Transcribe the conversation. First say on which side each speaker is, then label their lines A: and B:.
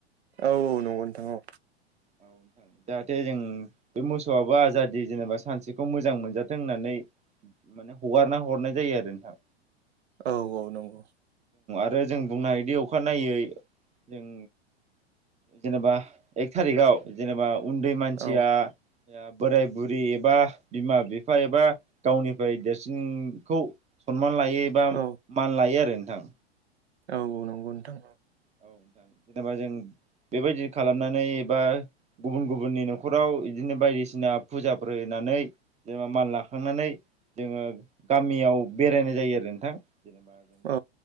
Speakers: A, on the right; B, on the right.
A: औ औ नंगौ नोंथां औ
B: औ नोंथां जाहाथे जों बे मोसौआबो आजादि जेनेबा सानसेखौ मोजां मोनजाथों होननानै माने हगारना हरनाय जायो आरो नोंथां
A: औ औ नंगौ
B: आरो जों बुंनो हायोदि अखानायनायै जों जेनेबा थारिखआव जेनेबा उन्दै मानसिया
A: औ
B: बोराय बुरि एबा बिमा बिफा एबा गावनिफ्राय देरसिनखौ सनमान लायो एबा
A: औ
B: मान लायो आरो नोंथां
A: औ औ नंगौ नोंथां
B: औ नोंथां जेनेबा जों बेबायदि खालामनानै एबा गुबुन गुबुननि न'खराव बिदिनो बायदिसिना फुजाफोर होयोना जेनेबा माल लाखांनानै जोङो गामियाव बेरायनाय जायो आरो नोंथां जेनेबा जों
A: औ